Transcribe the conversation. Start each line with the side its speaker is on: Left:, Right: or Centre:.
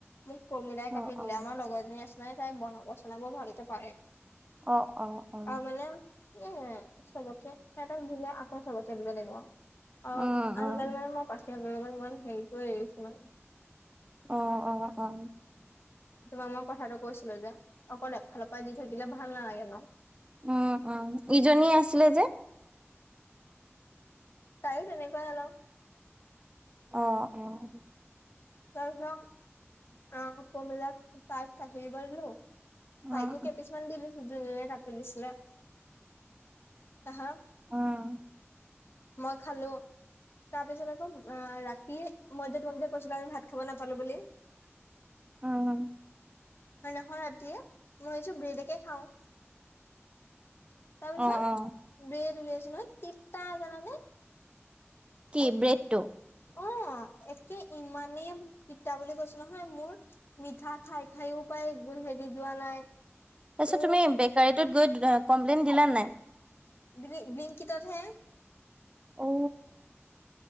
Left: মোক প্ৰমিলাই কাটি
Right: অ
Left: দিলে
Right: অ
Left: আমাৰ লগৰ এজনি আছে নাই তাই বনাব চনাব ভালকে পাৰে
Right: অ অ অ
Left: আৰু মানে এ চবকে, হেতক দিলেই আকৌ চবকে দিব লাগিবো। অ',
Right: উম
Left: আজিকালি
Right: উম
Left: মানে মই পাখি হঁতৰ লগত ইমান হেৰিটো এৰিছো মানে।
Right: অ', অ', অ',
Left: তোমাক মই কথাটো কৈছিলোঁ যে অকল এফালৰ পৰা দি থাকিলে ভাল নালাগে ন'।
Right: উম, উম ইজনীয়ে আছিলে যে।
Left: তাইয়ো তেনেকুৱায়ে অলপ।
Right: অ', অ'।
Left: <inaudible>
Right: উম
Left: তাইকো কেপিচমান দি দিছো যোনে কাটি দিছিলে, হা?
Right: উম উম
Left: মই খালো তাৰ পিছত আকৌ অ' ৰাতি মই যে তোম কৈছিলো আমি ভাত খাব নাপালো বুলি।
Right: উম
Left: <unintelligible> ৰাতিয়ে মই এইয ব্ৰেডকে খাওঁ। তাৰপিছত
Right: অ অ
Left: ব্ৰেদ উলিয়াইছো নহয় তিতা জানানে।
Right: কি ব্ৰেডটো?
Left: অ', একে ইমানেই তিতা বুলি কৈছো নহয় মোৰ মিঠা খাই খাইও পায় একবোৰ হেৰি যোৱা নাই।
Right: তাৰ পিছত
Left: অ
Right: তুমি বেকাৰীটোত গৈ কমপ্লেইন দিলা নাই?
Left: ব্লুং-ব্লিংকিটত হে।
Right: অ